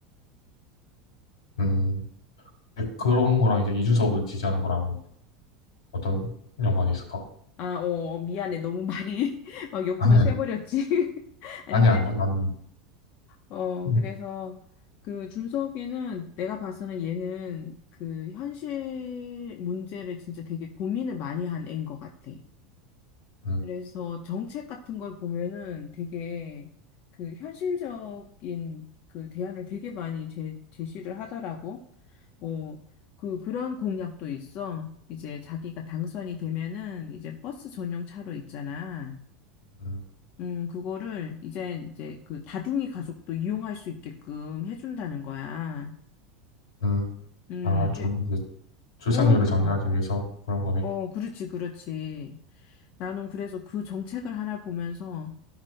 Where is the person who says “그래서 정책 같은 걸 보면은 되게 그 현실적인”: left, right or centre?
Left